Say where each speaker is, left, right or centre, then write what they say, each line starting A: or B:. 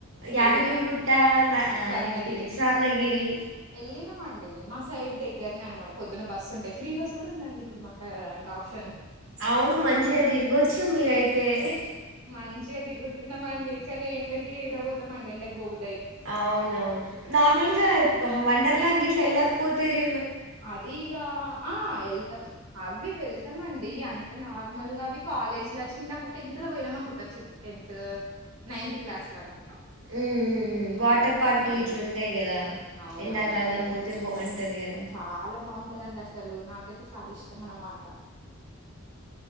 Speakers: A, on the right; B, on the right.
A: యాదగిరి
B: ఎళ్ళినాము
A: గుట్ట నా ఆ,
B: స్వర్ణగిరి
A: అదేంటిది స్వర్ణగిరి
B: ఎల్లినం మండి మ సైడ్ దగ్గరనే అనమాట పొద్దున్న బస్సు ఉంటాయి ఫ్రీ బస్ కూడా ఉందండి ఇప్పుడు మాకు ఆ ఇంకా ఆప్షన్
A: అవును మంచిగా తిరగొచ్చు మీరయితే హ
B: మంచిగా తిరుగుతున్నామ్ అండి కానీ ఎండకి ఏడ పోతామండి ఎండకి పోబు
A: అవునవును నార్మల్ గా వండర్ లాగ్ ట్ల ఏళ్ళక పోతిరి
B: అది ఇగా ఆ వెళ్తాం అవి వెళ్ త్తంమండి అంటే నార్మల్ గా అవి కాలేజ్ల చిన్నప్పుడు టెన్త్ లో పోయినాం అనుకుంటారు టెన్త్ నైన్త్ క్లాస్ లో అనుకుం
A: హు వాటర్ పార్కులు
B: ఎళ్ళినాం.
A: ఇట్లుంటాయి కదా
B: అవునవునండి.
A: ఎండాకాలం పోతే బాగుంటది కదా
B: చాలా బాగుంటందండి అసలు నాకైతే చాలా ఇష్టం అన్నమాట